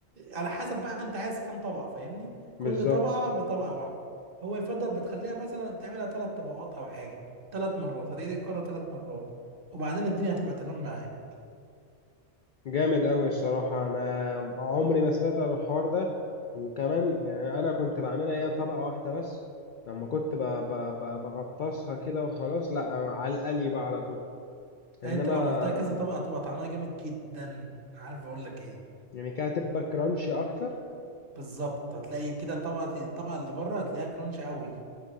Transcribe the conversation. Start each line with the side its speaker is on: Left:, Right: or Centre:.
Right: على حسب بقى انت عايز كام طبقة فاهمني
Left: بالظبط
Right: كل طبقة بطبقة واحدة هو يفضل بتخليها مثلا تعملها ثلاث طبقات او حاجة ثلاث مرات هتعيد الكرة ثلاث مرات وبعدين الدنيا هتبقى تمام معاك
Left: جامد أوي الصراحة أنا عمري ما سمعت عن الحوار ده وكمان يعني أنا كنت بعملها هي طبقة واحدة بس لما كنت ب- ب- ب- بغطسها كده وخلاص لا على القلي بقى على طول إنما
Right: لا انت لو عملتها كذا طبقة هتبقى طعمها جامد جدا عارف اقول لك ايه
Left: يعني كده هتبقى كرانشي أكتر
Right: بالظبط هتلاقي كده طبقة الطبقة اللي بره هتلاقيها كرانش قوي